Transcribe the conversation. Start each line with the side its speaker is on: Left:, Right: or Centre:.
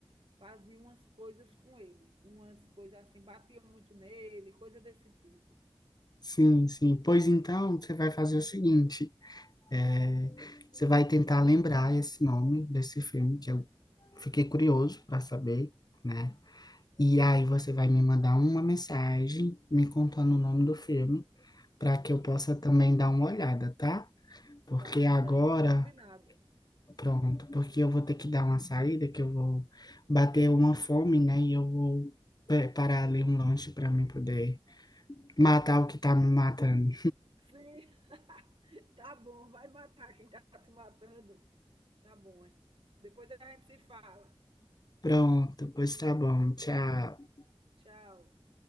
Right: fazia umas coisas com ele, umas coisas assim, batia muito nele, coisa desse tipo.
Left: Sim, sim. Pois então, você vai fazer o seguinte: é, você vai tentar lembrar esse nome desse filme, que eu fiquei curioso para saber, né? E aí você vai me mandar uma mensagem me contando o nome do filme, para
Right: Sim,
Left: que eu possa também dar uma olhada, tá?
Right: está
Left: Porque agora,
Right: certo, combinado.
Left: pronto, porque eu vou ter que dar uma saída, que eu vou bater uma fome, né? E eu vou preparar ali um lanche para mim poder matar o que tá me matando.
Right: Sim, <laughs> tá bom, vai matar quem tá te matando. Tá bom, é. Depois a gente se fala.
Left: Pronto, pois tá bom. Tchau.
Right: Tchau.